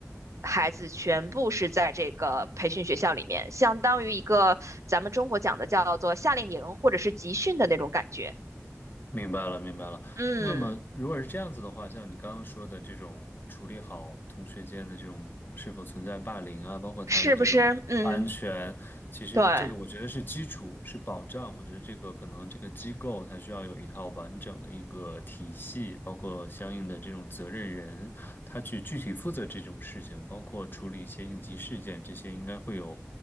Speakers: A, on the right; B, on the left.
A: 孩子全部是在这个培训学校里面，相当于一个咱们中国讲的叫做夏令营或者是集训的那种感觉。
B: 明白了，明白了。
A: 嗯，
B: 那么，如果是这样子的话，像你刚刚说的这种处理好同学间的这种是否存在霸凌啊，包括他的这种安全，
A: 是不是？嗯，
B: 其实这个我觉得是基础，
A: 对，
B: 是保障。我觉得这个可能这个机构它需要有一套完整的一个体系，包括相应的这种责任人，他去具体负责这种事情。情包括处理一些应急事件，这些应该会有